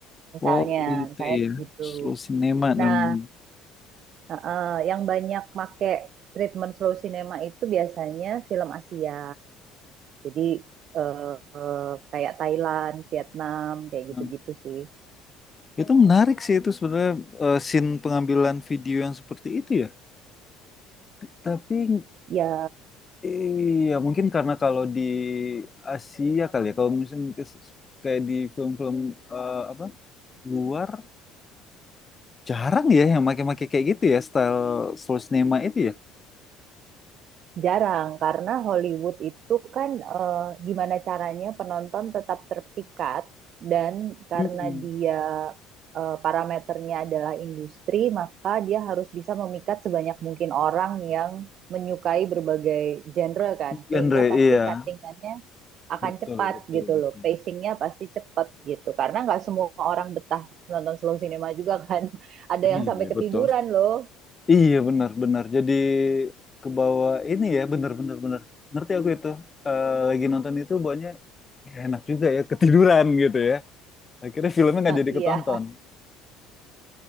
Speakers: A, on the right (about 55°); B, on the left (about 30°).
A: Misalnya,
B: Oh itu
A: misalnya
B: ya,
A: gitu.
B: slow cinema
A: Nah,
B: namanya.
A: Heeh, yang banyak make treatment slow cinema itu biasanya film Asia. Jadi eh, eh, kayak Thailand, Vietnam, kayak
B: Nah,
A: gitu-gitu sih.
B: Itu menarik sih itu sebenarnya eh, scene pengambilan video yang seperti itu ya. Tapi
A: Ya
B: iya mungkin karena kalau di Asia kali ya, kalau misalnya ke- kayak di film-film eh, apa luar jarang ya yang make-make kayak gitu ya style slow cinema itu ya.
A: jarang karena Hollywood itu kan eh, gimana caranya penonton tetap terpikat dan karena
B: Mm-mm.
A: dia eh, parameternya adalah industri, maka dia harus bisa memikat sebanyak mungkin orang yang menyukai berbagai genre kan.
B: Genre
A: Sehingga pasti
B: iya.
A: cuttingannya akan
B: Betul,
A: cepat
B: betul,
A: gitu
B: betul.
A: loh. Pacingnya pasti cepat gitu. Karena nggak semua orang betah nonton slow cinema juga kan. <laughs> Ada
B: Iya,
A: yang sampai ketiduran
B: betul.
A: loh.
B: Iya, benar, benar. Jadi ke bawah ini ya, benar, benar, benar. Ngerti aku itu. Eh, lagi nonton itu banyak enak juga ya, ketiduran gitu ya. Akhirnya filmnya nggak jadi
A: Iya,
B: ketonton.